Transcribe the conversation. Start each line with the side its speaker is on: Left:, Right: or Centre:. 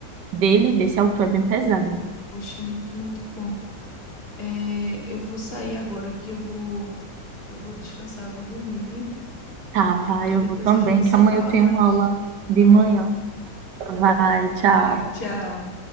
Right: dele, desse autor, é bem pesada.
Left: Poxa, muito, muito bom. É, eu vou sair agora que eu vou, eu vou descansar, eu vou dormir, viu?
Right: Tá, vai,
Left: Aí
Right: eu
Left: depois
Right: vou também,
Left: a gente se
Right: que amanhã
Left: fala
Right: eu tenho
Left: mais.
Right: aula de
Left: Pronto.
Right: manhã. Vai, tchau.
Left: Vai, tchau.